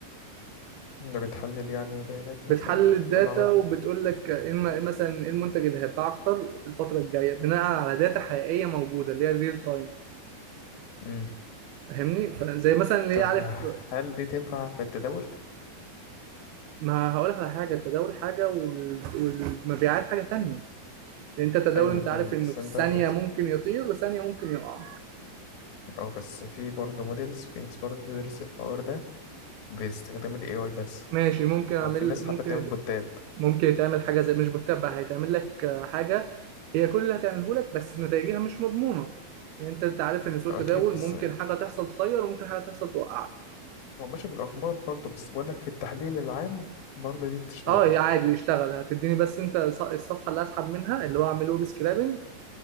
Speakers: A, on the left (about 70°); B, on the right (about 80°).
A: ده بتحلل يعني بيانات
B: بتحلل
A: مثلا وتطلع
B: الداتا وبتقول لك إيه الم- إيه مثلا ايه المنتج اللي هيتباع اكتر الفتره الجايه بناء على داتا حقيقيه موجوده اللي هي الريل تايم
A: منها
B: فاهمني فزي مثلا اللي
A: طب
B: عارف
A: هل دي تنفع في التداول؟
B: ما هقولك على حاجة التداول حاجة وال- والمبيعات حاجة تانية لأن أنت التداول
A: أيوة
B: أنت
A: أنا فاهم
B: عارف إنه
A: بس
B: في
A: أنت
B: الثانية
A: بت...
B: ممكن يطير وثانية ممكن يقع
A: أو بس في برضه موديلز في ناس برضه بتدرس الحوار ده باستخدام ال AI بس
B: ماشي ممكن أعمل
A: أو في ناس
B: ممكن
A: حتى بتعمل
B: يت-
A: بوتات
B: ممكن يتعمل حاجة زي مش بتتبع هيتعمل لك آه، حاجة هي كل اللي هتعمله لك بس نتائجها مش مضمونة يعني أنت أنت عارف إن سوق
A: أكيد
B: التداول
A: بس
B: ممكن حاجة تحصل تطير وممكن حاجة تحصل توقعك
A: هو ماشي بالأخبار برضه بس بقولك في التحليل العام برضه دي بتشتغل
B: أه يا عادي يشتغل هتديني بس أنت الص- الصفحة اللي أسحب منها اللي هو أعمل ويب سكرابنج